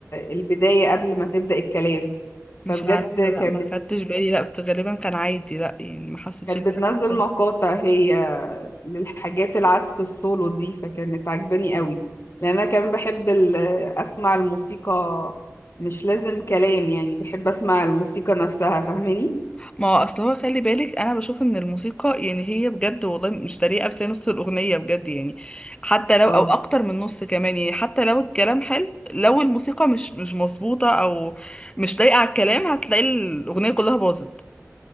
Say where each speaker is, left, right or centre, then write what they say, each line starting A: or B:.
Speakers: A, on the left (about 50°); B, on the left (about 20°).
A: البداية قبل ما تبدأ الكلام فبجد
B: مش عارفه لا
A: كانت
B: ما خدتش بالي لا بس غالبا كان عادي لا يعني ما حسيتش
A: كانت
B: إن في
A: بتنزل
B: حاجه
A: مقاطع هي للحاجات العزف السولو دي فكانت عجباني قوي لان انا كمان بحب ال- اسمع الموسيقى مش لازم كلام يعني بحب اسمع الموسيقى نفسها فاهماني
B: ما هو اصل هو خلي بالك انا بشوف ان الموسيقى يعني هي بجد والله مش طريقه بس هي نص الاغنيه بجد يعني حتى لو
A: اه
B: او اكتر من نص كمان يعني حتى لو الكلام حلو لو الموسيقى مش مش مظبوطه او مش لايقه على الكلام هتلاقي الاغنيه كلها باظت